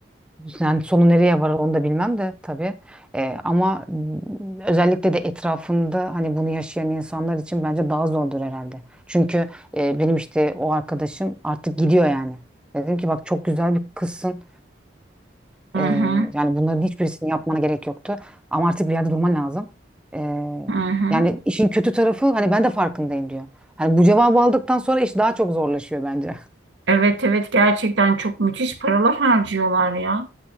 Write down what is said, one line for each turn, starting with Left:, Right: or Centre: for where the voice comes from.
Centre: Yani sonu nereye varır onu da bilmem de tabii. Ee, ama özellikle de etrafında hani bunu yaşayan insanlar için bence daha zordur herhalde. Çünkü e, benim işte o arkadaşım artık gidiyor yani. Dedim ki bak çok güzel bir kızsın. Ee,
Right: Hı hı,
Centre: yani bunların hiçbirisini yapmana gerek yoktu. Ama artık bir yerde durman lazım. Ee,
Right: hı hı.
Centre: yani işin kötü tarafı hani ben de farkındayım diyor. Hani bu cevabı aldıktan sonra iş daha çok zorlaşıyor bence. <laughs>
Right: Evet, evet gerçekten çok müthiş paralar harcıyorlar ya.